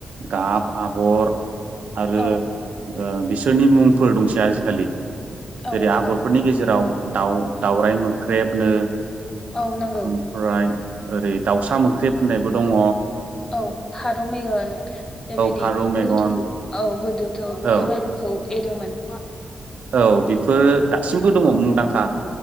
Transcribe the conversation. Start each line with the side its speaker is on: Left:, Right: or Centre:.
Right: गाब आगर आरो
Left: औ
Right: ओ बिसोरनि मुंफोर दंसै आजिखालि।
Left: औ
Right: जेरै
Left: नंगौ
Right: आगरफोरनि गेजेराव दाउ दावराय मोख्रेबनो।
Left: औ नंगौ
Right: ओमफ्राय ओरै दाउसा मोख्रेब होननायबो दङ
Left: औ फारौ मेगन बेबायदि
Right: फारौ मेगन
Left: गोजौ औ गोदोथ'
Right: औ
Left: बेबायदिखौ एरोमोन
Right: औ बेफोरो दासिमबो दङ मुंदांखा